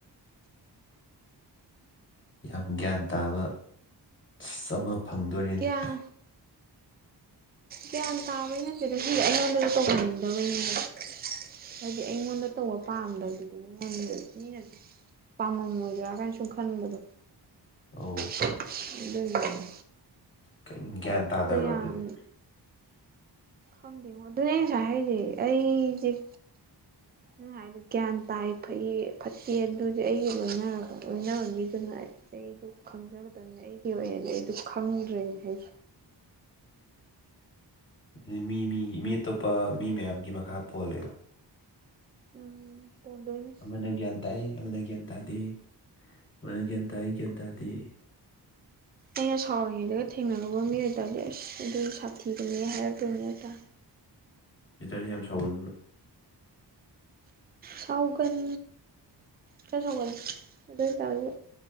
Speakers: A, on the left (about 30°); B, on the right (about 25°).
A: ꯌꯥꯝ ꯒ꯭ꯌꯥꯟ ꯇꯥꯕ <inaudible> ꯑꯃ ꯐꯪꯗꯣꯔꯦꯅ‌ꯦ
B: ꯒ꯭ꯌꯥꯟ ꯒ꯭ꯌꯥꯟ ꯇꯥꯕꯩ ꯅꯠꯇ‌ꯦ ꯁꯤꯖ‌ꯦ ꯑꯩꯉꯣꯟꯗꯁꯨ ꯇꯧꯍꯟꯅꯤꯡꯗꯕꯩꯅꯤꯗ ꯍꯥꯏꯗꯤ ꯑꯩꯉꯣꯟꯗ ꯇꯧꯕ ꯄꯥꯝꯗꯕꯗꯨꯗꯤ ꯃꯤꯉꯣꯟꯗꯖꯨ ꯃꯤꯅꯖꯨ ꯄꯥꯝꯃꯝꯃꯣꯏꯗ꯭ꯔꯥ ꯒꯥꯏꯅ ꯁꯨꯝ ꯈꯟꯕꯗꯣ
A: ꯑꯥꯎ
B: ꯑꯗꯨꯒꯤ
A: ꯀꯩꯅꯨ ꯒ꯭ꯌꯥꯟ ꯇꯥꯗꯕ꯭ꯔꯥ
B: ꯌꯥꯝ
A: ꯑꯗꯨꯗꯤ
B: ꯈꯪꯗꯦꯉꯣ ꯑꯗꯨꯅ‌ꯦ ꯑꯩ ꯉꯁꯥꯏ ꯍꯥꯏꯔꯤꯁꯦ ꯑꯩꯖ‌ꯦ ꯅꯪ ꯍꯥꯏꯗ‌ꯣ ꯒ꯭ꯌꯥꯟ ꯇꯥꯏ ꯐꯩꯌꯦ ꯐꯠꯇꯦ ꯑꯗꯨꯗꯤ ꯑꯩꯒ ꯂꯣꯏꯅꯔꯒ ꯂ‌ꯣꯏꯅꯕ ꯃꯤꯗꯨꯅ ꯑꯩ ꯑꯩꯗꯣ ꯈꯪꯖꯒꯗꯝꯕꯅꯦ ꯑꯩꯒꯤ ꯑꯣꯏꯅꯗꯤ ꯑꯩꯗꯨ ꯈꯪꯗ꯭ꯔꯦꯕ <inaudible>
A: ꯑꯗꯨꯗꯤ ꯃꯤ-ꯃꯤꯒꯤ ꯃꯤ ꯑꯇꯣꯞꯄ ꯃꯤ ꯃꯌꯥꯝꯒꯤ ꯃꯈꯥ ꯄꯣꯜꯂ‌ꯦꯕ
B: ꯎꯝ ꯄꯣꯟꯗꯣꯏꯅꯦ
A: ꯑꯃꯅ ꯒ꯭ꯌꯥꯟ ꯇꯥꯏ ꯑꯃꯅ ꯒ꯭ꯌꯥꯟ ꯇꯥꯗꯦ ꯑꯃꯅ ꯒ꯭ꯌꯥꯟ ꯇꯥꯏ ꯒ꯭ꯌꯥꯟ ꯇꯥꯗꯦ
B: ꯑꯩꯅ ꯁꯥꯎꯔꯤꯉꯩꯗꯒ ꯊꯦꯡꯅꯔꯨꯕ ꯃꯤ ꯑꯣꯏꯇꯥꯔꯗꯤ ꯑꯁ ꯑꯗꯨ ꯁꯥꯊꯤꯕꯅꯦ ꯍꯥꯏꯔꯛꯇꯣꯏꯅꯦ ꯅꯠꯇ꯭ꯔꯥ
A: ꯁꯤꯁꯇꯔꯁꯤ ꯌꯥꯝ ꯁꯥꯎꯒꯟꯕ꯭ꯔꯥ
B: ꯁꯥꯎꯒꯟ ꯈꯔ ꯁꯥꯎꯒꯟꯂꯤ ꯑꯗꯨ ꯑꯣꯏꯇꯥꯔꯖꯨ